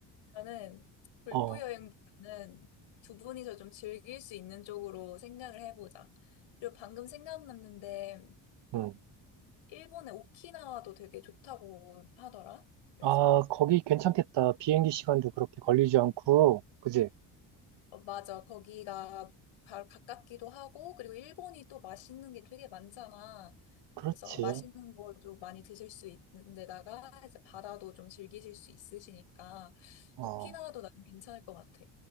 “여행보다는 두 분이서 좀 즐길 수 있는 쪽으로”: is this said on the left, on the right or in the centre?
Left